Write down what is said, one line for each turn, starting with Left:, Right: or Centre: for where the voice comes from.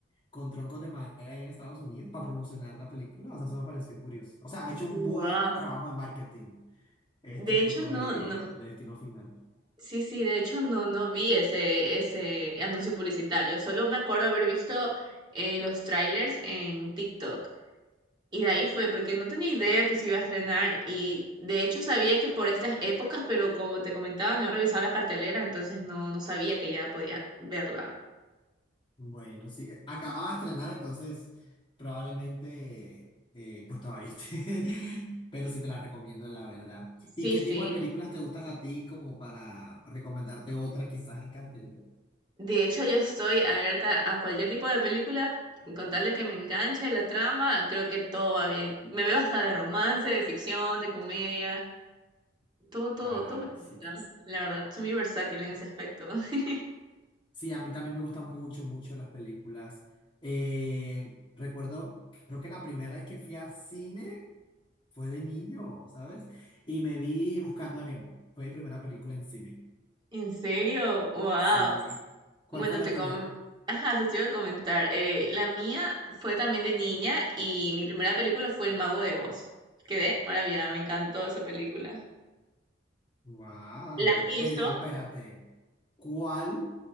Left: con troncos de madera allá en Estados Unidos para promocionar la película, o sea, eso me pareció curioso. O sea, han hecho un
Right: Wow.
Left: buen trabajo de marketing estos
Right: De hecho,
Left: tipos
Right: no,
Left: de,
Right: no.
Left: de destino final.
Right: Sí, sí, de hecho no, no vi ese, ese anuncio publicitario. Solo me acuerdo haber visto eh, los trailers en TikTok. Y de ahí fue, porque no tenía idea que se iba a estrenar y de hecho sabía que por estas épocas, pero como te comentaba, no he revisado la cartelera, entonces no, no sabía que ya podía verla.
Left: Bueno, sí, eh, acababa de estrenar, entonces probablemente, eh, pues todavía esté, <laughs> pero sí te la recomiendo, la verdad.
Right: Sí,
Left: ¿Y qué
Right: sí.
Left: tipo de películas te gustan a ti como para recomendarte otra quizás en cartel?
Right: De hecho, yo estoy abierta a cualquier tipo de película, con tal de que me enganche la trama, creo que todo va bien. Me veo hasta de romance, de ficción, de comedia, todo, todo,
Left: Ah,
Right: todo me gusta.
Left: sí. tú.
Right: La verdad, soy muy versátil en ese aspecto. <laughs>
Left: Sí, a mí también me gustan mucho, mucho las películas. Eh, recuerdo, creo que la primera vez que fui a cine fue de niño, ¿sabes? Y me vi Buscando a Nemo. Fue mi primera película en cine.
Right: ¿En serio? ¡Wow!
Left: Sí. ¿Cuál
Right: Bueno,
Left: fue la
Right: te
Left: tuya?
Right: com Ajá, eso te iba a comentar. Eh, la mía fue también de niña y mi primera película fue El Mago de Oz. Quedé maravillada, me encantó esa película.
Left: Wow,
Right: ¿La has visto?
Left: pero espérate, ¿cuál